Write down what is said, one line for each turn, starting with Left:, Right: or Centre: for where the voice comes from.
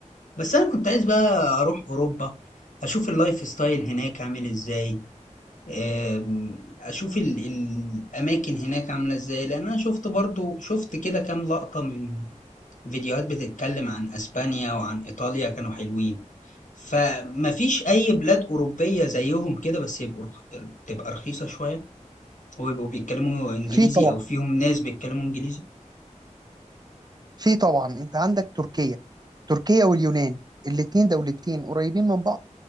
Left: بس انا كنت عايز بقى اروح اوروبا اشوف اللايف ستايل هناك عامل ازاي آم، اشوف ال- الاماكن هناك عاملة ازاي لان انا شفت برضو شفت كده كام لقطة من فيديوهات بتتكلم عن اسبانيا وعن ايطاليا كانوا حلوين فمفيش اي بلاد اوروبيه زيهم كده بس يبقوا رخ- تبقى رخيصه شويه ويبقوا بيتكلموا انجليزي
Right: في طبعا
Left: او فيهم ناس بيتكلموا انجليزي
Right: في طبعا انت عندك تركيا تركيا واليونان الاتنين دولتين قريبين من بعض